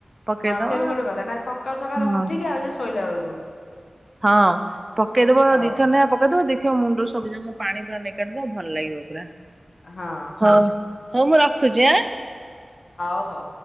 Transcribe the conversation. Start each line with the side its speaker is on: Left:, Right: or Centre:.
Right: ପକେଇଦବ
Left: ହଁ ସେ ବି ଗୋଟେ କଥା ନା ସକାଳୁ ସକାଳୁ ଉଠିକି
Right: ହଁ
Left: ଆଉ ଯୁ ଶୋଇଲା ବେଳକୁ।
Right: ହଁ ପକେଇଦବ
Left: ହଁ
Right: ଦିଥର ନାଖେ ପକେଇଦବ ଦି ଖିବ ମୁଣ୍ଡ ସବୁଜାକ ପାଣି ପୁରା ନିଗାଡି ଦବ ଭଲ ଲାଗିବ ପୁରା
Left: ହଁ।
Right: ହଉ ହଉ ମୁଁ ରଖୁଚି ଆଁ
Left: ହଉ ହଉ।